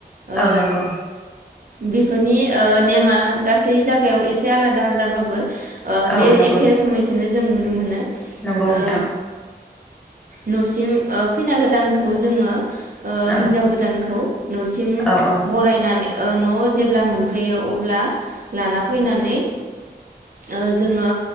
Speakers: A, on the right (about 55°); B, in the centre.
A: ओ
B: औ नंगौ
A: बेफोरनि ओ नेमा गासै जागायाव एसे आलादा आलादाबाबो ओ
B: औ
A: बे
B: नंगौ
A: एखे रोखोमैखौनो जों नुनो मोनो
B: नंगौ नोंथां
A: ओ न'सिम ओ खैना गोदानखौ जोङो ओ
B: औ
A: हिनजाव गोदानखौ नसिम
B: औ औ
A: फरायनानै ओ न'आव जेब्ला मोनफैयो अब्ला लाना फैनानै ओ जोङो